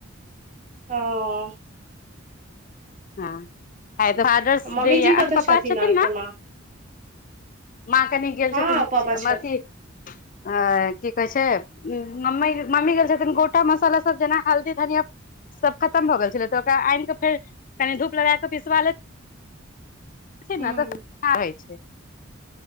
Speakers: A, on the right (about 40°); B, on the left (about 45°).
A: हँऽ
B: हँ आय फादर्स
A: मम्मीजी
B: डे यैं, अहां
A: कतऽ
B: के पापा छथिन
A: अहाँके
B: न।
A: माँ
B: माँ कनि गेल
A: हँ
B: छथिन,
A: पापा छथिन
B: मथी अँ की कहै छै। मम्मै मम्मी गेलछथिन, गोटा मसाला सब जेना हल्दी, धनिया सब खत्तम भऽ गेल छलै, त ओकरा आइन के फेर कनि धूप लगा क पिसबा ले थिन
A: हूँ
B: न त सुविधा होय छै।